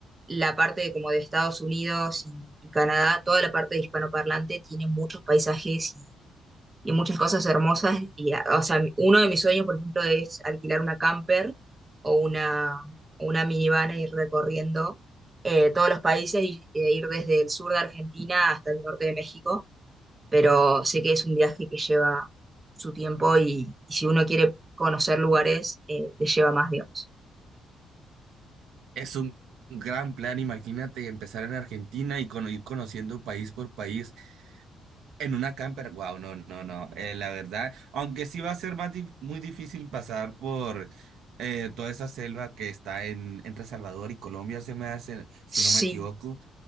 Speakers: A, on the right; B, on the right.
A: la parte de como de Estados Unidos y, y Canadá, toda la parte de hispanoparlante tiene muchos paisajes y, y muchas cosas hermosas. Y, a- o sea, uno de mis sueños, por ejemplo, es alquilar una camper o una, o una minivan e ir recorriendo eh, todos los países y- e ir desde el sur de Argentina hasta el norte de México pero sé que es un viaje que lleva su tiempo y, y si uno quiere conocer lugares, eh, le lleva más, digamos.
B: Es un gran plan, imagínate empezar en Argentina y cono- ir conociendo país por país en una camper. Wow, no, no, no. eh, la verdad, aunque sí va a ser más dif- muy difícil pasar por eh, toda esa selva que está en, entre Salvador y Colombia, se me hace, si no
A: Sí,
B: me equivoco.